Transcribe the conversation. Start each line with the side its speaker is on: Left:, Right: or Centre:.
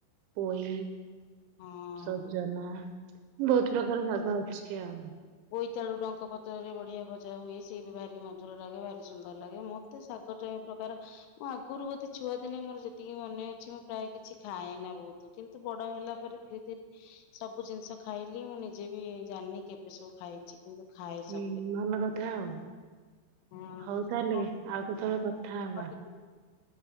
Right: ପୋଇ
Left: ହଁ
Right: ସଜନା। ବହୁତ ପ୍ରକାର ଶାଗ ଅଛି ଆଉ।
Left: ବୋଇତାଳୁ ଡଙ୍କ ପତ୍ରରେ ବଢିଆ ଭଜା ହୁଏ ସିଏ ବି ଭାରି ମଧୁର ଲାଗେ ଭାରି ସୁନ୍ଦର ଲାଗେ ମତେ ଶାଗ ଟାଏ ପ୍ରକାର ମୁଁ ଆଗରୁ ବୋଧେ ଛୁଆଦିନେ ମୋର ଯେତିକି ମନେ ଅଛି ମୁଁ ପ୍ରାୟ କିଛି ଖାଏ ନା ବହୁତ କିନ୍ତୁ ବଡ ହେଲା ପରେ ଧିରେ ଧି ସ ବୁ ଜିନିଷ ଖାଇଲି ମୁଁ ନିଜେ ବି ଜାଣିନି କେବେ ସବୁ ଖାଇଚି କିନ୍ତୁ ଖାଏ
Right: ହୁଁ
Left: ସବୁ
Right: ଭଲ କଥା ଆଉ।
Left: ହଁ
Right: ହୋଉ ତାହେଲେ ଆଉ କେତେବେଳେ କଥା ହବା।
Left: ଟିକେ